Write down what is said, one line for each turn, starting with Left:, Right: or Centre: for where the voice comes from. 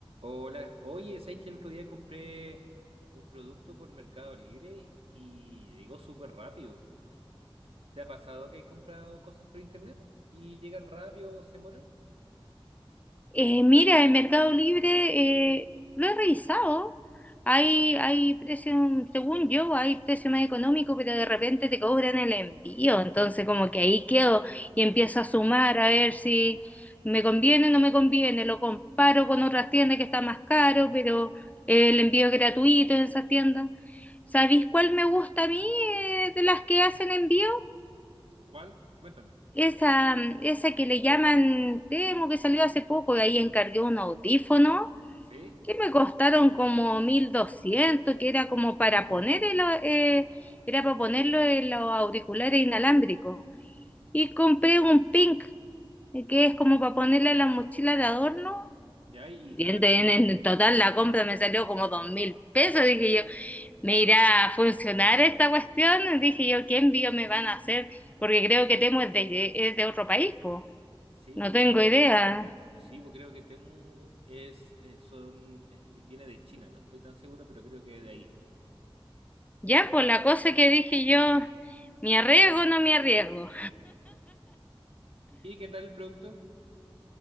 Right: Hola, oye, ¿sabes que el otro día compré un producto por Mercado Libre y llegó súper rápido? ¿Te ha pasado que hay comprado cosas por internet y llegan rápido o se demoran?
Left: Eh, mira, en Mercado Libre eh, lo he revisado. Hay, hay precio, según yo, hay precio más económico, pero de repente te cobran el envío. Entonces, como que ahí quedo y empiezo a sumar a ver si me conviene o no me conviene. Lo comparo con otras tiendas que está más caro, pero eh, el envío es gratuito en esas tiendas. ¿Sabéis cuál me gusta a mí eh, de las que hacen envío?
Right: ¿Cuál? Cuéntame.
Left: Esa, esa que le llaman temo que salió hace poco, y ahí encargué un audífono
Right: ¿Sí?
Left: que me costaron como mil doscientos que era como para poner el, eh, era para ponerlo en los auriculares inalámbricos. Y compré un pink, eh, que es como para ponerle a la mochila de adorno.
Right: ¿Ya? ¿Y
Left: Y
Right: y qué tal?
Left: en, en- en total la compra me salió como dos mil pesos. Dije yo, ¿me irá a funcionar esta cuestión? Dije yo, ¿qué envío me van a hacer? Porque creo que Temu es de, es de otro país, pues
Right: Sí,
Left: no
Right: pues
Left: tengo
Right: creo,
Left: idea.
Right: sí, pues creo que Temu es, es- son, es- viene de China, no estoy tan seguro, pero creo que de ahí.
Left: Ya,
Right: ¿Eh?
Left: pues la cosa que dije yo, ¿me arriesgo o no me arriesgo?
Right: ¿Y qué tal el producto?